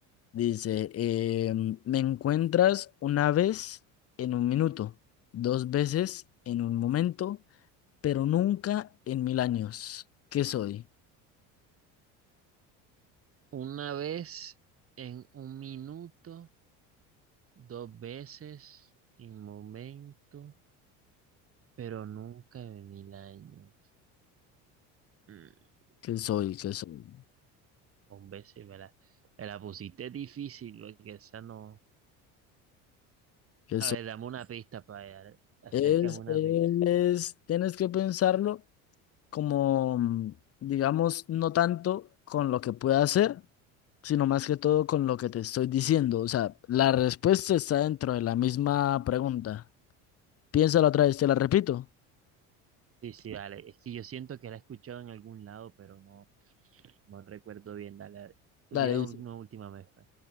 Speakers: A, on the left; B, on the right.
A: Dice, em, me encuentras una vez en un minuto, dos veces en un momento, pero nunca en mil años. ¿Qué soy?
B: Una vez en un minuto. dos veces en momento, pero nunca en el año. Mm,
A: ¿Qué soy? ¿Qué soy?
B: Hombre, sí, me la, me la pusiste difícil, porque esa no.
A: ¿Qué
B: A
A: soy?
B: ver, dame una pista para allá. Acércame
A: Es,
B: una
A: es,
B: pista.
A: tienes que pensarlo como, mm, digamos, no tanto con lo que pueda hacer, sino más que todo con lo que te estoy diciendo. O sea, la respuesta está dentro de la misma pregunta. Piénsalo otra vez, te la repito.
B: Sí, sí, dale. Es que yo siento que la he escuchado en algún lado, pero no, no recuerdo bien. Dale, dale. Diera
A: Dale, dice.
B: una última vez. pues.